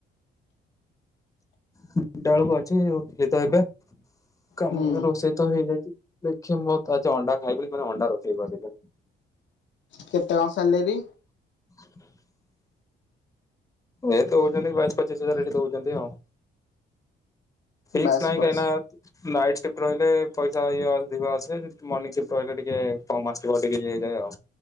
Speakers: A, on the left; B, on the left.
A: ତିନିଟା ବେଳକୁ ଅଛି, ଉଠିଲି ତ ଏବେ। କାମ
B: ହୁଁ
A: ରୋଷେଇ ତ ହେଇଯାଇଚି। ଦେଖିଆ ମୁଁ ତ ଆଜି ଅଣ୍ଡା ଖାଇବିନି, କଣ ଅଣ୍ଡା ରୋଷେଇ କରିଦେଇଚନ୍ତି।
B: କେତେ କଣ ସାଲାରୀ?
A: <unintelligible> ଏ ଦଉଛନ୍ତି ବାଇଶ ପଚିଶ ହଜାର ଏଠି ଦଉଛନ୍ତି ଆଉ। ଫିକ୍ସ
B: ବାସ୍
A: ନାହିଁ
B: ବକ୍ସ
A: କାଇଁନା ନାଇଟ ସିଫ୍ଟ ଏଠି ରହିଲେ ପଇସା ଇଏ ଅଧିକ ଆସେ ମର୍ଣିଂ ସିଫ୍ଟ ରହିଲେ ଟିକେ କମ ଆସିବ ଟିକେ ଇଏ ହେଇଯାଏ ଆଉ।